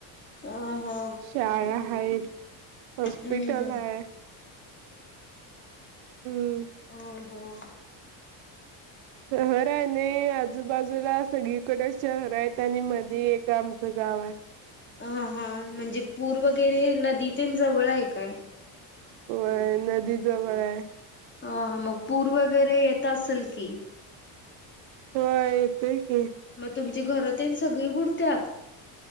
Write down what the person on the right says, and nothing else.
शाळा आहेत हॉस्पिटल
आहे. हम्म
शहर आहे नाही आ आजूबाजूला सगळीकडे शहर आहेत आणि मध्ये एक आमचं गाव आहे.
वय नदी जवळ आहे.
होय येतोय की